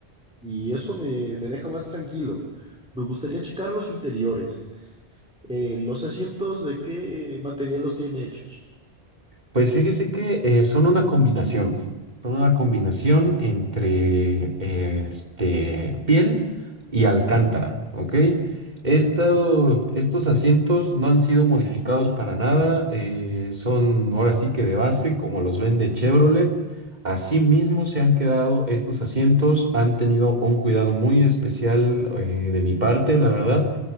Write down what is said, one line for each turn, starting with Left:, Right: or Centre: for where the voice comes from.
Centre: Y eso me, me deja más tranquilo. Me gustaría checar los interiores. Eh, los asientos, ¿de qué material los tiene hechos?
Right: Pues fíjese que eh, son una combinación, son una combinación entre eh, este, piel y alcántara, ¿ok? Esto-
Centre: Alacrán.
Right: estos asientos no han sido modificados para nada, eh, son ahora sí que de base, como los vende Chevrolet. Asimismo se han quedado estos asientos, han tenido un cuidado muy especial eh, de mi parte, la verdad.